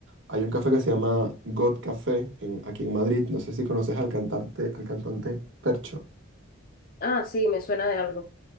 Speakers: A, on the right; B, on the left.
A: hay un café que se llama God Café en, aquí en Madrid, no sé si conoces al cantante, al cantante Percho.
B: Ah, sí, me suena de algo.